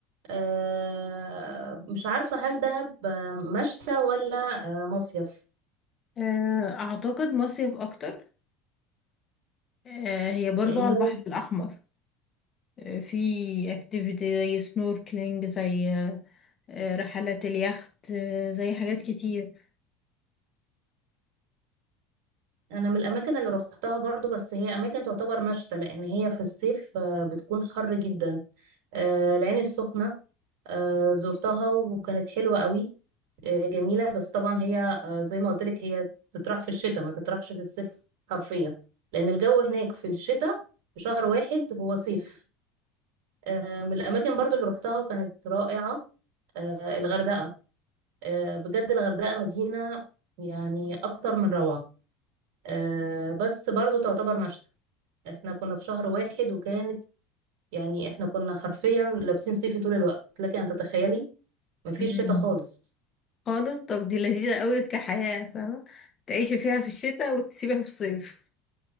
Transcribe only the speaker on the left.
آه، اعتقد مصيف اكتر آه، هي برضو
على
البحر الاحمر آه، في اكتيفيتي زي سنوركلينج زي آه، آه، رحلات اليخت آه، زي حاجات كتير
مم.
خالص طب دي لذيذة قوي كحياة فاهمة تعيشي فيها في الشتاء وتسيبها في الصيف